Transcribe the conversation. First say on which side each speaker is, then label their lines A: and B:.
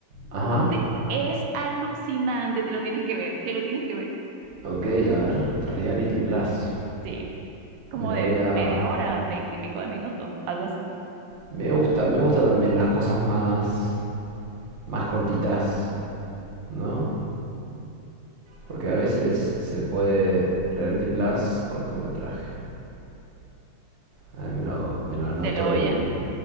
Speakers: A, on the right; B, on the right.
A: Ajá.
B: Te- es alucinante, te lo tienes que ver, te lo tienes que ver.
A: Ok, a ver. Reality Plus.
B: Sí, como
A: Me lo
B: de
A: voy a...
B: media hora, veintipico de minutos, algo así.
A: Me gusta, me gusta también las cosas más, más cortitas, ¿no? Porque a veces se puede Reality Plus, cortometraje. Ahí me lo, me lo anoto
B: Te lo voy
A: y...
B: a,